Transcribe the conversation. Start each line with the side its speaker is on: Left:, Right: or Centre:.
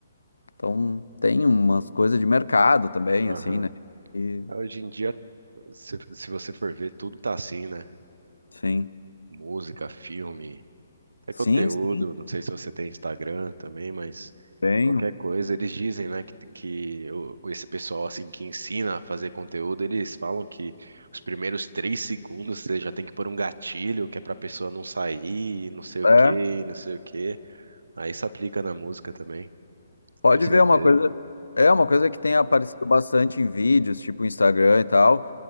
Left: então tem umas coisas de mercado também,
Right: Aham.
Left: assim, né? E,
Right: Ah, Hoje em dia, se, se você for ver, tudo tá assim, né?
Left: sim.
Right: Música, filme. até
Left: Sim,
Right: conteúdo,
Left: sim,
Right: não sei se você tem Instagram também, mas
Left: tenho.
Right: qualquer coisa, eles dizem, né, que, que o- esse pessoal, assim, que ensina a fazer conteúdo, eles falam que os primeiros três segundos você já tem que pôr um gatilho, que é pra pessoa não sair, não sei o
Left: É.
Right: quê, não sei o quê. Aí isso aplica na música também,
Left: Pode
Right: tenho certeza.
Left: ver é uma coisa. É uma coisa que tem aparecido bastante em vídeos, tipo Instagram e tal.